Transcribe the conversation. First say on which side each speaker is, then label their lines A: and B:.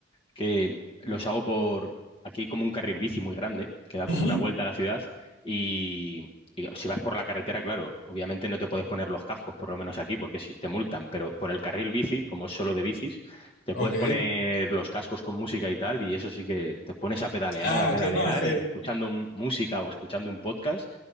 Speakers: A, on the left; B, on the left.
A: que los hago por aquí como un carril bici muy grande, que da
B: Ujú.
A: como una vuelta a la ciudad y, y si vas por la carretera, claro, obviamente no te puedes poner los cascos, por lo menos aquí, porque si te multan, pero por el carril bici, como es solo de bicis, te
B: Ok.
A: puedes poner los cascos con música y tal, y eso sí que te pones a pedalear,
B: Ah,
A: a pedalear,
B: que no, sí.
A: eh, escuchando un- música o escuchando un podcast,